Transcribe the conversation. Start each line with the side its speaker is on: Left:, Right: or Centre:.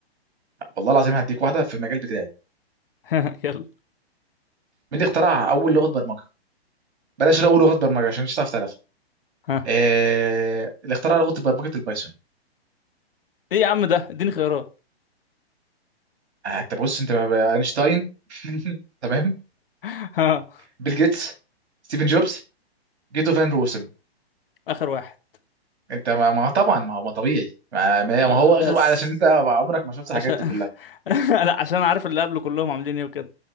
Right: والله العظيم هديك واحده في المجال بتاعي
Left: <laughs> يلا
Right: مين اللي اخترع اول لغه برمجه بلاش اقول لغه برمجه عشان مش هتعرف تعرفها
Left: ها
Right: إيه... اللي اخترع لغه برمجه البايثون
Left: ايه يا عم ده اديني خيارات
Right: آه، انت بص انت بقى- اينشتاين <laughs> تمام
Left: ها
Right: بيل جيتس ستيفن جوبز جيتو فان روسم
Left: اخر واحد
Right: انت ما ما- طبعا ما هو ما طبيعي ما, ما
Left: أه
Right: ما هو
Left: بس
Right: اخر واحد عشان انت عمرك ما شفت الحاجات
Left: عشان
Right: دي كلها
Left: <laughs> لا عشان عارف اللي قبله كلهم عاملين ايه وكده